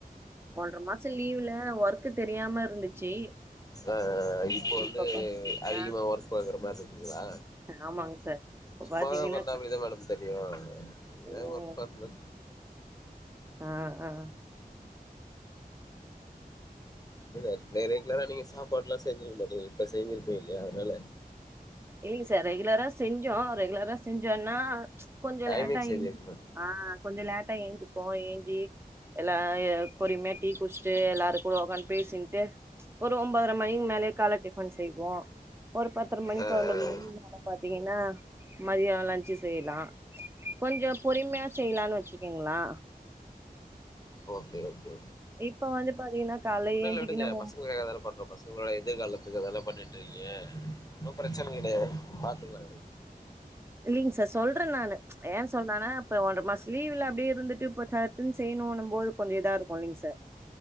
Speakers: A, on the right (about 15°); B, on the left (about 25°).
A: ஒன்ற மாச லீவுல ஒர்க்கு தெரியாம இருந்துச்சு
B: ஆ இப்போ வந்து
A: இப்ப பா
B: அதிகமா
A: ஆ
B: ஒர்க் பாக்குற மாரி இருக்குங்களா
A: ஆமாங்க சார். இப்ப
B: சும்மாவே
A: பாத்தீங்கன்னா
B: உக்காந்த அப்டிதா மேடம் தெரியு
A: ம்.
B: எதோ ஒர்க் பாதுதா
A: ஆ அ
B: இல்ல ந ரெகுலரா நீங்க சாப்பாடுல்லா செஞ்சுருக்க மாட்டடிங்க இப்ப செஞ்சுருப்பீங்க இல்லையா அதுனால
A: இல்லைங்க சார் ரெகுலரா செஞ்சோ ரெகுலரா செஞ்சோன்னா கொஞ்சோ
B: டைமிங்
A: லேட்டாகி
B: செஞ்சிருக்க மாட்டீங்க
A: ஆ கொஞ்ச லேட்டா ஏஞ்சுப்போ ஏஞ்சி எல்லா ய பொறுமையா டீ குடிச்ட்டு எல்லாரு கூட உகான்டு பேசின்ட்டு ஒரு ஒன்பதரை மணிக்கு மேலயே கால டிபன் செய்வோ ஒரு பத்தர மணிக்கு
B: ஆ
A: பதினொரு
B: ஆ
A: மணிக்கு மேல பாத்தீங்கன்னா மதியோ லஞ்சு செய்யலா கொஞ்சோ பொறுமையா செய்யலானு வச்சுருக்கீங்களா
B: ஓகே ஓகே
A: இப்ப வந்து பாத்தீங்கன்னா கால
B: ஒண்ணும்
A: ஏஞ்சிக்கன்னு
B: இல்ல விடுங்க
A: ஹோம்
B: பசங்களுக்காக தான பண்றோம் பசங்களோட எதிர்காலத்துக்கு அதல்லா பண்ணிட்ருக்கீங்க ஒன்னும் ப்ரச்ச கெடையாது பாத்துக்கலா விடுங்க
A: இல்லிங்க சார் சொல்றே நானு ஏ சொல்றனா இப்ப ஒன்ற மாச லீவ்ல அப்டியே இருந்துட்டு இப்ப சட்டுன்னு செய்யணு நம் போது கொஞ்ச இதா இருக்கு இல்லிங்க சார்